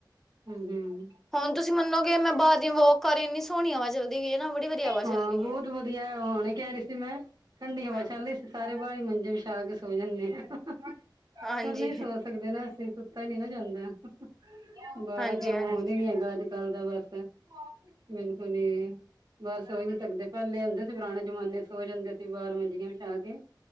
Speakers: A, on the right (about 55°); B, in the centre.
A: ਹਮ ਹਮ
B: ਹੁਣ ਤੁਸੀਂ ਮੰਨੋਗੇ ਮੈਂ ਬਾਹਰ ਦੀ ਵੋਕ ਕਰ ਇੰਨੀ ਸੋਹਣੀ ਹਵਾ ਚੱਲਦੀ ਪਈ ਏ ਨਾ ਬੜੀ ਵਧੀਆ ਹਵਾ ਚੱਲਦੀ
A: ਹਾਂ ਬਹੁਤ
B: ਏ।
A: ਵਧੀਆ ਹਣੇ ਕ ਹੀ ਸੀ ਮੈਂ ਠੰਡੀ ਹਵਾ
B: ਹੂੰ।
A: ਚੱਲ ਰ ਸੀ ਸਾਰੇ ਬਾਹਾਰੀ ਮੰਜੇ ਵਿੱਚ ਸ਼ਾ ਕੇ ਸੋ ਜਾਂਦੇ ਹਾਂ
B: ਹਾਂਜੀ,
A: ਪਰ ਨਹੀਂ ਸੋ ਸਕਦੇ ਨਾ ਅਸੀਂ ਸੁੱਪਾ ਹੀ ਨੀ ਨਾ ਚਦਾ ਬਾਰਾ
B: ਹਾਂਜੀ,
A: ਚਲ
B: ਹਾਂਜੀ।
A: ਨ ਨੀ ਹੈਗਾ ਅੱਜ ਕੱਲ ਦਾ ਬਸ ਬਿਲਕੁਲ ਬਾਹਰ ਸੋਚ ਨਹੀਂੀ ਸਕਦੇ ਪਹਿਲੇ ਹੁੰਦੇ ਸੀ ਪੁਰਾਣੇ ਜਮਾਨੇ ਸੋ ਜਾਂਦੇ ਸੀ ਬਾਹਰ ਮੰਜੀਆਂ ਵਿਛਾ ਕੇ